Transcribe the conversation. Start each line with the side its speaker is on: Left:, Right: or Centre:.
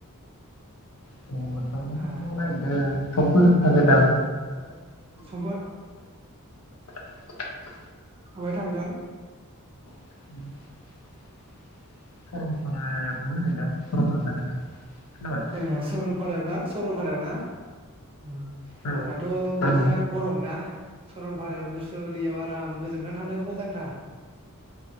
Left: <unintelligible> समफोर
Right: ओ
Left: थांगोनदां
Right: समफोर
Left: <unintelligible>
Right: माबाय थांगोन?
Left: <inaudible> <unintelligible> सरलपारायाव थांगोनदां खोनाबाय
Right: ओ सरलपारायाव ना सरल फारायाव ना? ओम
Left: औ औ
Right: दाथ' बोथोरा गरम ना सरलपारायाव गुस दैयाव आराम गोजोमनानै थानो मोजांथार